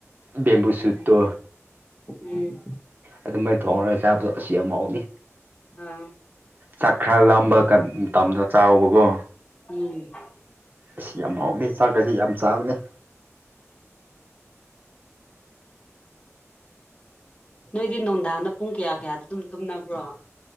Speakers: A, on the right; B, on the left.
A: ꯕꯦꯝꯕꯨ ꯁꯨꯠꯇꯣ
B: ꯎꯝ
A: ꯑꯗꯨ ꯃꯥꯏ ꯊꯣꯡꯉꯔꯒ ꯆꯥꯕꯗꯣ ꯑꯁꯤ ꯌꯥꯝꯍꯥꯎꯅꯤ
B: ꯑꯥ
A: ꯆꯥꯛ ꯈꯔ ꯂꯝꯕ ꯇꯅ ꯆꯥꯎꯕꯀꯣ
B: ꯎꯝ
A: ꯑꯁ ꯌꯥꯝ ꯍꯥꯎꯅꯤ ꯆꯥꯛꯀꯁꯤ ꯌꯥꯝ ꯆꯥꯕꯅꯦ
B: ꯅꯣꯏꯗꯤ ꯅꯨꯡꯗꯥꯡꯗ ꯄꯨꯡ ꯀꯌꯥ ꯀꯌꯥꯗ ꯑꯗꯨꯝ ꯇꯨꯝꯅꯕ꯭ꯔꯣ